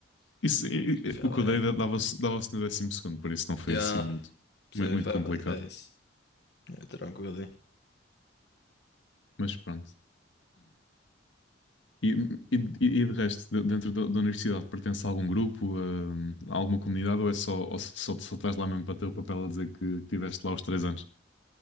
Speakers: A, on the left; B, on the left.
A: Isso, e- e-
B: Já,
A: o que eu dei da- dava-se dava-se no décimo segundo, por isso não foi
B: já
A: assim muito,
B: sei,
A: mu- muito
B: foi,
A: complicado.
B: mas é isso. É tranquilo. hein?
A: Mas pronto. E, e, e de resto, de- dentro da, da universidade, pertence a algum grupo, a, a alguma comunidade, ou é só, ou só, só estás lá mesmo para ter o papel a dizer que tiveste lá os três anos?